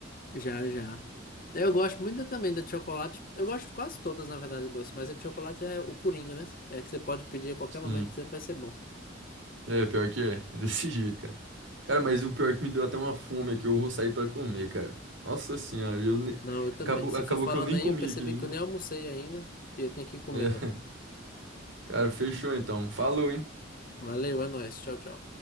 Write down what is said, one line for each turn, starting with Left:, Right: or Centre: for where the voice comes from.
Left: Já, já. Eu gosto muito também da de chocolate. Eu gosto de quase todas, na verdade, doce. Mas a de chocolate é o coringa, né? É que você pode pedir a qualquer
Right: Sim.
Left: momento, sempre vai ser bom.
Right: É, pior que é. É desse <laughs> jeito, cara. Cara, mas o pior é que me deu até uma fome é que eu vou sair pra comer, cara. Nossa senhora, eu ne-
Left: Não, eu também.
Right: acabou,
Left: Você
Right: acabou
Left: foi falando
Right: que eu nem
Left: aí,
Right: comi
Left: eu percebi
Right: aqui ainda.
Left: que eu nem almocei ainda. E eu tenho que comê-la.
Right: É. <laughs> Cara, fechou então. Falou, hein?
Left: Valeu, é nóis. Tchau, tchau.